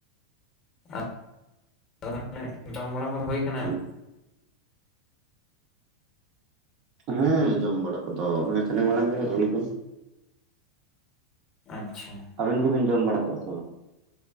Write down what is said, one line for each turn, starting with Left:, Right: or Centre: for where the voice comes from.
Left: <unintelligible> ᱡᱚᱢ ᱵᱟᱲᱟ ᱠᱚ ᱦᱩᱭ ᱠᱟᱱᱟ
Right: ᱦᱩᱸ ᱦᱮᱸ ᱡᱚᱢ ᱵᱟᱲᱟ ᱠᱚᱫᱚ ᱠᱷᱟᱱᱮᱠ ᱢᱟᱲᱟᱝ ᱜᱮ ᱦᱩᱭ ᱠᱟᱱᱟ
Left: ᱟᱪᱷᱟ
Right: ᱟᱵᱤᱱ ᱜᱮᱵᱤᱱ ᱡᱚᱢ ᱵᱟᱲᱟ ᱟᱠᱟᱜᱼᱟ ᱥᱮ ᱵᱟᱝ?